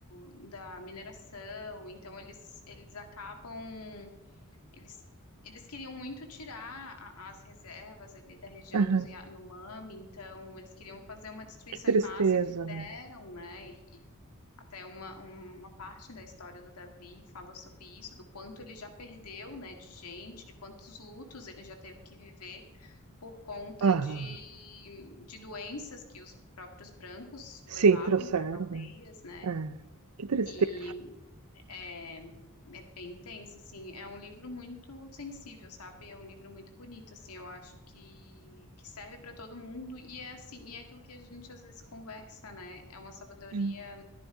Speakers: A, on the left; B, on the right.
A: do- da mineração. Então eles eles acabam Eles, eles queriam muito tirar a- as reservas ali da região
B: aham.
A: dos Yanomami, então eles queriam fazer uma destruição
B: Que tristeza,
A: em massa e fizeram,
B: né?
A: né? E até uma, uma parte da história do Davi fala sobre isso, do quanto ele já perdeu, né, de gente, de quantos lutos ele já teve que viver por conta
B: Aham.
A: de, de doenças que os próprios brancos
B: Sim,
A: levavam
B: trouxeram,
A: para as aldeias,
B: né?
A: né?
B: É. Que tristeza.
A: e é, é bem tenso, assim. É um livro muito sensível, sabe? É um livro muito bonito, assim. Eu acho que, que serve para todo mundo e é assim, e é aquilo que a gente às vezes conversa, né? É uma sabedoria
B: Ah.